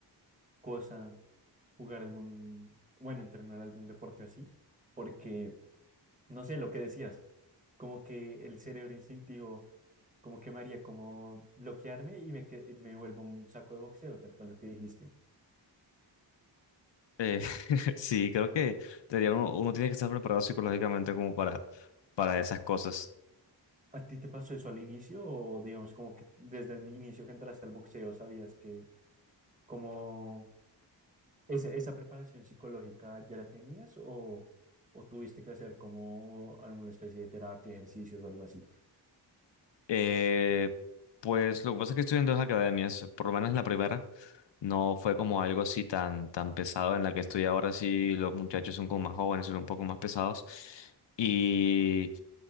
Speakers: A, on the right (about 20°); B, on the left (about 75°).
A: cosa jugar algún, bueno, entrenar algún deporte así, porque, no sé, lo que decías, como que el cerebro instintivo, como que me haría como bloquearme y me, que- y me vuelvo un saco de boxeo, tal cual lo que dijiste.
B: Eh, <laughs> sí, creo que debería uno, uno tiene que estar preparado psicológicamente como para, para esas cosas.
A: ¿A ti te pasó eso al inicio o digamos como que desde el inicio que entraste al boxeo sabías que como esa, esa preparación psicológica ya la tenías o, o tuviste que hacer como alguna especie de terapia, ejercicios o algo así?
B: Eh, pues lo que pasa es que estoy en dos academias, por lo menos la primera no fue como algo así tan, tan pesado en la que estoy ahora sí, los muchachos son como más jóvenes, son un poco más pesados y